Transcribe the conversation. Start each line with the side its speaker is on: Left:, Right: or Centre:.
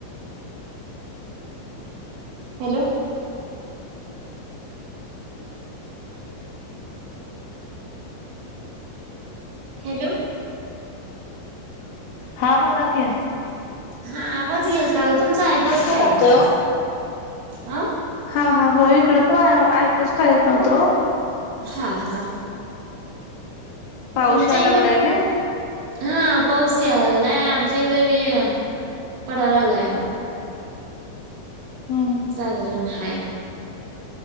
Right: हॅलो हॅलो
Left: हा बोला कि
Right: हा आवाज गेलता हो तुमचं ऐकूच
Left: का
Right: काही
Left: जातोय
Right: येईना
Left: ओ
Right: हा
Left: हा हा हो इकड पण ऐकूच काय येत नव्हतं ओ
Right: हा हा
Left: पाऊस
Right: तुमच्या
Left: यायला
Right: इकडे
Left: लागलाय नाही
Right: हा पाऊस यायला लागलाय आमच्या इकडे बी पडाय लागलाय.
Left: हम्म
Right: साधारण हाय